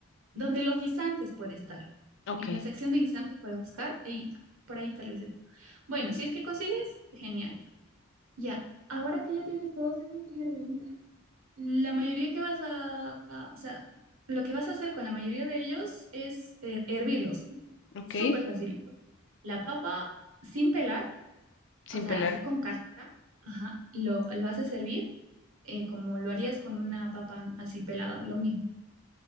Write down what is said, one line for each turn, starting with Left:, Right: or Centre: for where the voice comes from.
Right: donde los guisantes puede estar.
Left: Ok,
Right: En la sección de guisantes puedes buscar ahí por ahí tal vez está. Bueno, si es que consigues, genial. Ya, ahora que ya tienes todos esos ingredientes, La mayoría que vas a, a- o sea, lo que vas a hacer con la mayoría de ellos es eh, hervirlos. ¿no?
Left: ok.
Right: Súper facilito. La papa sin pelar,
Left: Sin
Right: o sea,
Left: pelar.
Right: así con cáscara, ajá, lo, lo vas a servir eh, como lo harías con una papa así pelada, lo mismo.